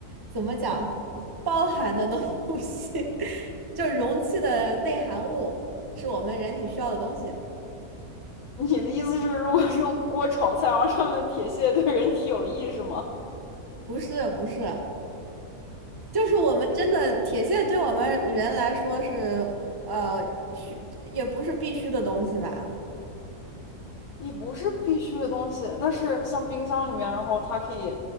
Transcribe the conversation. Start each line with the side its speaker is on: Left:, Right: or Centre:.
Right: 怎么讲包含的东西，<laughs> 就容器的内含物是我们人体需要的东西，
Left: 你的意思是，如果是用锅炒菜，然后上面的铁屑对人体有益是吗？
Right: 不是不是，就是我们真的铁线对我们人来说是呃需也不是必须的东西吧。
Left: 也不是必须的东西，那是像冰箱里面，然后它可以